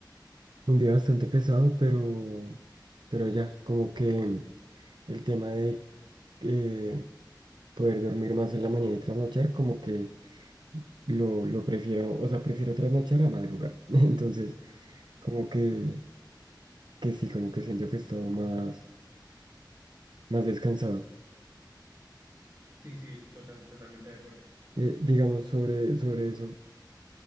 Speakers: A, on the right; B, on the right.
A: un día bastante pesado, pero, pero ya, como que el tema de eh, poder dormir más en la mañana y trasnochar, como que lo, lo prefiero, o sea, prefiero trasnochar a madrugar. <laughs> Entonces, como que, que sí, como que siento que he estado más, más descansado.
B: Sí, sí, total, totalmente de acuerdo.
A: Eh, digamos sobre, sobre eso.